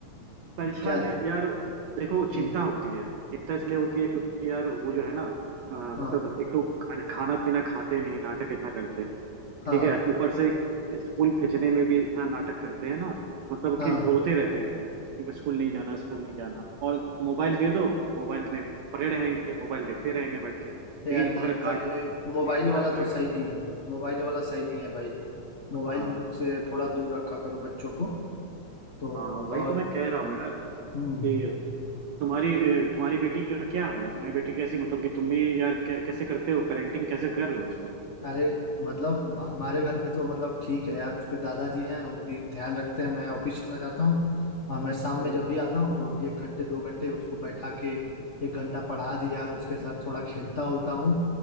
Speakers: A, on the right; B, on the left.
A: परेशान
B: क्या
A: है यार देखो
B: हम्म,
A: चिंता होती है चिंता इसलिए होती है क्योंकि यार वो जो है ना अ, मतलब
B: हाँ
A: एक तो खाना खाना पीना खाते नहीं नाटक इतना करते हैं
B: हाँ
A: ठीक है ऊपर से स्कूल भेजने में भी इतना नाटक करते हैं ना मतलब
B: हाँ
A: कि रोते रहते हैं कि मैं स्कूल नहीं जाना स्कूल नहीं जाना और मोबाइल दे दो तो मोबाइल में पड़े रहेंगे मोबाइल देखते रहेंगे बैठ के लेकिन
B: यार नहीं
A: भर कार्टून
B: तो ये मोबाइल
A: लेकिन
B: वाला
A: भर कार्टून
B: तो सही नहीं है मोबाइल वाला सही नहीं है भाई मोबाइल
A: हाँ
B: से थोड़ा दूर रखा करो बच्चों को तो
A: हाँ
B: और
A: वही तो मैं कह रहा हूँ यार
B: हम्म
A: कि
B: हम्म।
A: तुम्हारी अ, तुम्हारी बेटी का क्या हाल है तुम्हारी बेटी कैसी मतलब कि तुम भी यार कै- कैसे करते हो पेरेंटिंग कैसे कर रहे हो उसको
B: अरे मतलब हमारे घर में तो मतलब ठीक है यार उसके दादाजी हैं वो भी ध्यान रखते हैं मैं ऑफिस चला जाता हूँ और मैं शाम
A: हम्म
B: में जब भी आता हूँ तो एक घंटे दो घंटे उसको बैठा के एक घंटा पढ़ा दिया उसके साथ थोड़ा खेलता उलता हूँ